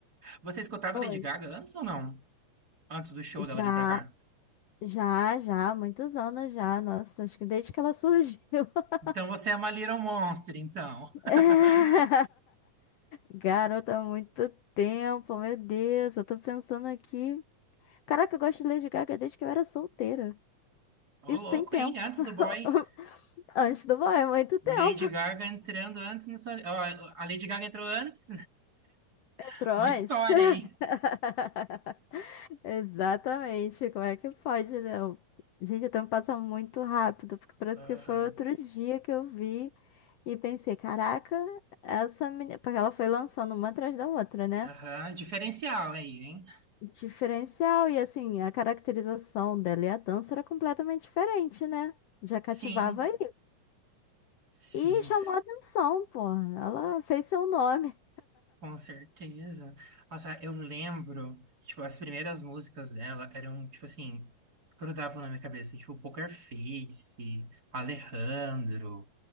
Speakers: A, on the right (about 30°); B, on the left (about 80°).
A: você escutava
B: Oi.
A: Lady Gaga antes ou não? Antes do show
B: Já,
A: dela vir pra cá?
B: já, já, há muitos anos já, nossa, acho que desde que ela surgiu. <laughs>
A: Então você é uma Little Monster, então. <laughs>
B: É. Garota, há muito tempo, meu Deus, eu tô pensando aqui. Caraca, eu gosto de Lady Gaga desde que eu era solteira.
A: Ô,
B: Isso
A: louco,
B: tem tempo.
A: hein? Antes
B: <laughs>
A: do boy.
B: Antes do banho, é muito tempo.
A: Lady Gaga entrando antes na sua. Ó, a Lady Gaga entrou antes? <laughs>
B: Pronto.
A: Uma história aí.
B: <laughs> Exatamente. Como é que pode, né? Gente, o tempo passa muito rápido, porque parece
A: Aham.
B: que foi outro dia que eu vi e pensei, caraca, essa menina. Porque ela foi lançando uma atrás da outra, né?
A: Aham. Diferencial aí, hein?
B: Diferencial, e assim, a caracterização dela e a dança era completamente diferente, né? Já cativava
A: Sim,
B: aí.
A: sim,
B: E chamou a atenção, pô. Ela fez seu nome.
A: com certeza. Nossa, eu lembro, tipo, as primeiras músicas dela eram, tipo assim, grudavam na minha cabeça, tipo, Poker Face, Alejandro,